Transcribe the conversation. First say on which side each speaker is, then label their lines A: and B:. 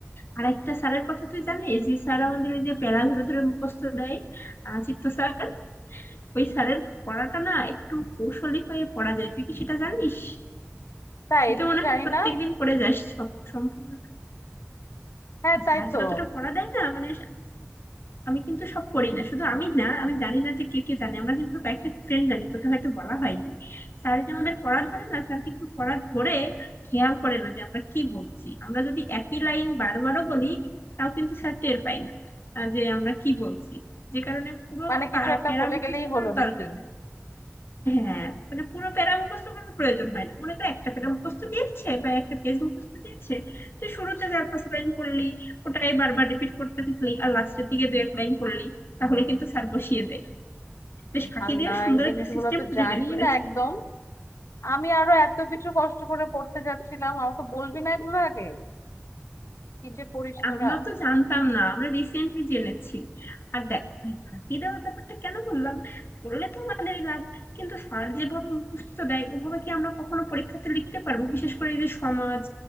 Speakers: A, on the left (about 55°); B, on the left (about 80°).
A: আরেকটা স্যারের কথা তুই জানিস যে স্যার আমাদের ওই যে প্যারা ধরে ধরে মুখস্থ দেয় আহ, চিত্ত স্যার ওই স্যারের পড়াটা না একটু কৌশলী হয়ে পড়া যায় তুই কি সেটা জানিস
B: তাই
A: তুই
B: এটা
A: তো মনে
B: তো জানি
A: হয় প্রত্যেকদিন
B: না
A: পড়ে যাস সব সম্পূর্ণ
B: হ্যাঁ তাই
A: স্যার
B: তো
A: যতটা পড়া দেয় না মানে আমি কিন্তু সব পড়ি না শুধু আমি না আমি জানি না যে কে কে জানে আমরা কিন্তু কয়েকটা ফ্রেন্ড জানি তোকে হয়তো বলা হয়নি স্যার যে আমাদের পড়া ধরে না স্যার কিন্তু পড়া ধরে খেয়াল করে না যে আমরা কি বলছি আমরা যদি একই লাইন বারবারও বলি তাও কিন্তু স্যার টের পায় না আহ, যে আমরা কি বলছি যে কারণে পুরো
B: মানে কিছু
A: পা-
B: একটা
A: প্যারা
B: বলে
A: মুখস্থ
B: গেলেই
A: করার
B: হলো নাকি
A: দরকার হয় হ্যাঁ মানে পুরো প্যারা মুখস্থ করার প্রয়োজন হয় না মনে করো একটা প্যারা মুখস্থ দিয়েছে বা একটা পেজ মুখস্থ দিয়েছে তো শুরুতে চার পাঁচ লাইন পড়লি ওটাই বারবার রিপিট করতে থাকলি আর লাস্টের দিকে দু এক লাইন পড়লি তাহলে কিন্তু স্যার বসিয়ে দেয় বেশ ফাঁকি
B: আল্লাহ
A: দিয়ে সুন্দর
B: এই জিনিসগুলো
A: একটা সিস্টেম
B: তো
A: খুঁজে
B: জানি
A: বের করেছি
B: না একদম আমি আরো এত কিছু কষ্ট করে পড়তে যাচ্ছিলাম আমাকে বলবি না এগুলো আগে কি যে করিস তোরা
A: আমরা তো জানতাম না আমরা রিসেন্টলি জেনেছি আর দেখ ভাই ফাঁকি দেওয়ার ব্যাপারটা কেন বললাম বললে তো আমাদেরই লাভ কিন্তু স্যার যেভাবে মুখস্থ দেয় ওভাবে কি আমরা কখনো পরীক্ষাতে লিখতে পারবো বিশেষ করে এই যে সমাজ